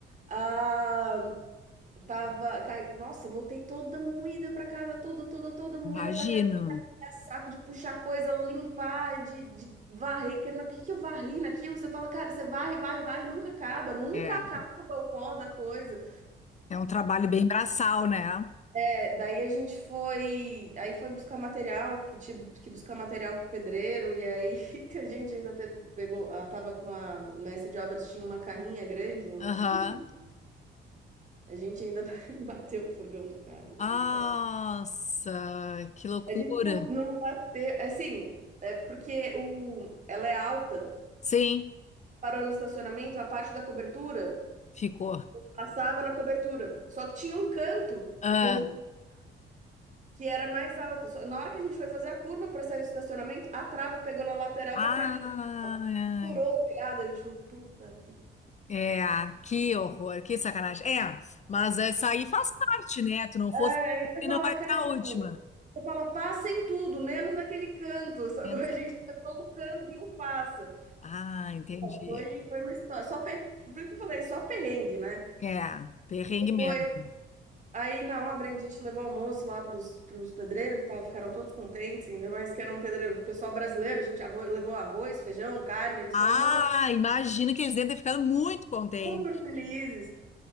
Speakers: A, on the right; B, on the left.
A: Ah, tava. cai- Nossa, voltei toda moída para casa, toda, toda, toda moída
B: imagino.
A: para casa. É saco de puxar coisa, limpar, de, de varrer. Que, não- o que, que eu varri naquilo? Você fala, cara, você varre, varre, varre, nunca acaba, nunca
B: É,
A: acaba o pó da coisa.
B: é um trabalho bem braçal, né?
A: É, daí a gente foi, aí foi buscar material, porque tinha que buscar material pro pedreiro, e aí <laughs> a gente ainda teve, pegou, ela tava com a mestre de obras, tinha uma carrinha grande, um,
B: Aham.
A: tipo, um furgão. a gente ainda <laughs> bateu o furgão do cara, ainda
B: Nossa,
A: tem que pagar.
B: que loucura.
A: A gente não, não bateu, é assim, é porque o, ela é alta,
B: Sim,
A: parou no estacionamento, a parte da cobertura,
B: ficou.
A: passava na cobertura, só que tinha um canto,
B: Ah,
A: não que era mais alto. Só- Na hora que a gente foi fazer a curva para sair do estacionamento, a trava pegou na lateral
B: ah,
A: da carrinha assim, ó, e furou o telhado. A gente falou, puta que.
B: é, que horror, que sacanagem. É, mas essa aí faz parte, né? Tu não fosse,
A: É, aí você
B: e
A: fala,
B: não vai
A: cara,
B: ser a última.
A: você fala, passa em tudo, menos naquele canto. <laughs> Só
B: É,
A: que a gente acertou o canto que não passa.
B: Ah, entendi.
A: Foi, foi uma história. Só per... Por que eu falei, só perrengue, né?
B: É, perrengue
A: Depois,
B: mesmo.
A: aí na obra a gente levou almoço lá pros, pros pedreiros, que tava, ficaram todos contentes, ainda mais que era um pedreiro, pessoal brasileiro, a gente arro- levou arroz, feijão, carne. Eles
B: Ah,
A: falaram, não.
B: imagino que eles devem ter ficado muito contentes.
A: Super felizes.